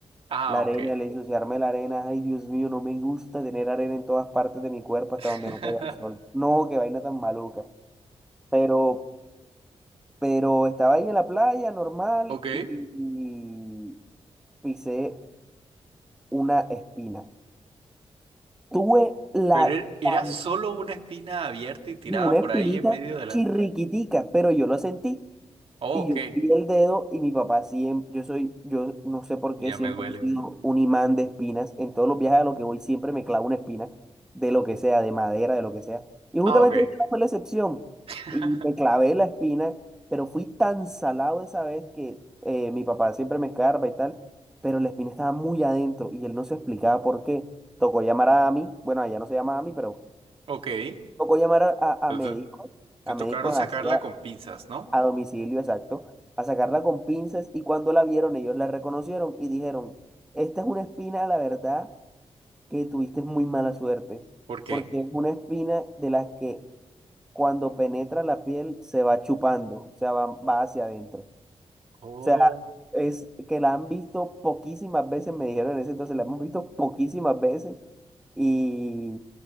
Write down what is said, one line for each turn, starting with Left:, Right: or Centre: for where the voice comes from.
Right: Ah,
Centre: La arena,
Right: ok.
Centre: el ensuciarme la arena, ay Dios mío, no me gusta tener arena en todas partes de mi cuerpo hasta
Right: <laughs>
Centre: donde no pega el sol. No, qué vaina tan maluca. Pero, pero estaba ahí en la playa normal
Right: Ok.
Centre: y, y pisé una espina. Tuve la,
Right: Pero er- era
Centre: tan-
Right: solo una espina abierta y tirada
Centre: y una
Right: por
Centre: espinita
Right: ahí en medio de la.
Centre: chirriquitica, pero yo lo sentí.
Right: Oh,
Centre: Y
Right: ok.
Centre: yo vi el dedo y mi papá siempre, yo soy, yo no sé por
Right: Ya
Centre: qué siempre
Right: me duele.
Centre: he sido un imán de espinas. En todos los viajes a los que voy siempre me clavo una espina, de lo que sea, de madera, de lo que sea. Y justamente
Right: Ah, ok.
Centre: esta no fue la excepción.
Right: <laughs>
Centre: Y me clavé la espina, pero fui tan salado esa vez que eh, mi papá siempre me escarba y tal, pero la espina estaba muy adentro y él no se explicaba por qué. Tocó llamar a mí, bueno, allá no se llama a mí, pero
Right: Ok.
Centre: tocó llamar a, a,
Right: Entonces,
Centre: a médicos,
Right: te
Centre: a
Right: tocaron
Centre: médicos
Right: sacarla
Centre: hacia
Right: con pinzas, ¿no?
Centre: a domicilio, exacto, a sacarla con pinzas y cuando la vieron ellos la reconocieron y dijeron, esta es una espina, la verdad, que tuviste muy mala suerte,
Right: ¿Por qué?
Centre: porque es una espina de las que cuando penetra la piel se va chupando, o sea, va, va hacia adentro.
Right: Oh.
Centre: O sea, es que la han visto poquísimas veces, me dijeron en ese entonces, la hemos visto poquísimas veces y